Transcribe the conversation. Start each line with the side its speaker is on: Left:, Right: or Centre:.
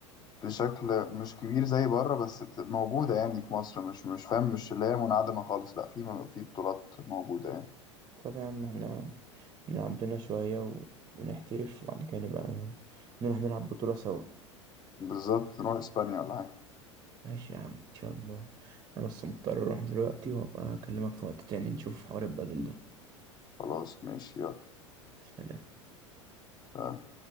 Left: بشكل مش كبير زي بره بس بت- موجودة يعني في مصر مش مش فاهم مش اللي هي منعدمة خالص لا في م- في بطولات موجودة يعني
Right: طب يا عم احنا نلعب لنا شوية و... ونحترف وبعد كده نبقى نروح نلعب بطولة سوا
Left: بالظبط نروح اسبانيا ولا حاجة
Right: ماشي يا عم ان شاء الله انا بس مضطر اروح دلوقتي وابقى اكلمك في وقت تاني نشوف حوار البدل ده
Left: خلاص ماشي
Right: سلام
Left: يلا